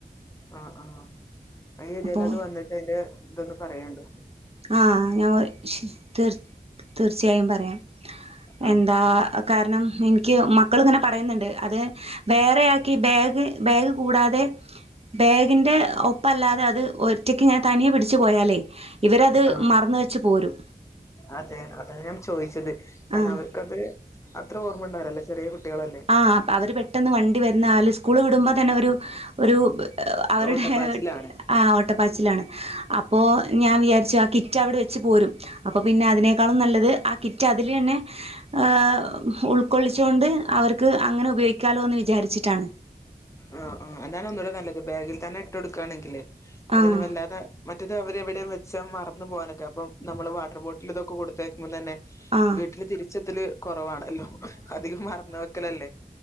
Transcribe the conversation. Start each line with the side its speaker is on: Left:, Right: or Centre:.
Left: ആ ആഹ് അയ് എതായാലും
Right: അപ്പോൾ
Left: അത് വന്ന്ട്ട് അതിന്റെ ഇതൊന്ന് പറയൊണ്ടു
Right: ആഹ് ഞാൻ വ തീർ തീർച്ചയായും പറയാം
Left: ആഹ്
Right: എന്താ കാര്ണം ഇൻ ക്ക് മക്കള്ങ്ങനെ പറയ്ന്ന്ണ്ട് അത് വേറെയാക്കി ബാഗ് ബാഗ് കൂടാതെ ബാഗിന്റെ ഒപ്പല്ലാതെ അത് ഒറ്റക്ക്ങ്ങനെ തനിയെ പിടിച്ച് പോയാലെ ഇവരത്
Left: ആഹ്
Right: മറന്ന് വച്ച്പോരും
Left: അതെ അതാഞാൻചോയ്ച്ചത് കാരണഅവർക്കത്
Right: ആഹ്
Left: അത്ര ഓർമ്മണ്ടാവുലല്ലോ ചെറിയകുട്ടികളല്ലേ
Right: ആഹ്‌ അവര്പെട്ടെന്ന് വണ്ടിവരുന്നാല് സ്കൂള് വിട്മ്പോതന്നെഒരു ഒരു അവരുടെ
Left: ഓട്ടപ്പാച്ചിലാണ്
Right: ഹേർ ആഓട്ടപ്പാച്ചിലാണ് അപ്പോ ഞാൻവിയാര്ച്ചു ആകിറ്റ് അവിടെവെച്ച്പോരും അപ്പൊപിന്നെ അതിനേക്കാളുംനല്ലത് ആ കിറ്റ്അതില്യന്നെ ആഹ്‌ ഉൾക്കൊള്ളിച്ചൊണ്ട് അവർക്ക് അങ്ങനെ ഉപയോഗിക്കാലോന്ന് വിചാരിച്ചിട്ടാണ്
Left: ആഹ്‌ ആഹ് അതാണ് ഒന്നുംടെ നല്ലത് ബാഗിൽതന്നെ ഇട്ടൊടുക്കുകയാണെങ്കിലെയ് ന്ന
Right: ആഹ്
Left: പിന്നെവല്ലാതെ മറ്റെത്അവര് എവിടെയുംവെച്ച മറന്നു പോവാനൊക്കെ അപ്പം നമ്മള് വാട്ടർബോട്ടില്തൊക്കെ കൊടുത്തേക്കുമ്പോംതന്നെ
Right: ആഹ്
Left: വീട്ട്ല് തിരിച്ച്ത്തെല് കൊറവാണല്ലോ അധികം മറന്ന് വെക്കലല്ലേ